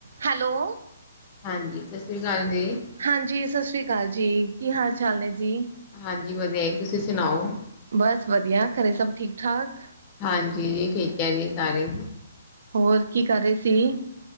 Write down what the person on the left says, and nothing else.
ਹਾਂਜੀ, ਸਤਿ ਸ਼੍ਰੀ ਅਕਾਲ ਜੀ।
ਹਾਂਜੀ ਵਧੀਆ ਜੀ, ਤੁਸੀਂ ਸੁਣਾਓ।
ਹਾਂਜੀ, ਠੀਕ ਐ ਜੀ ਸਾਰੇ।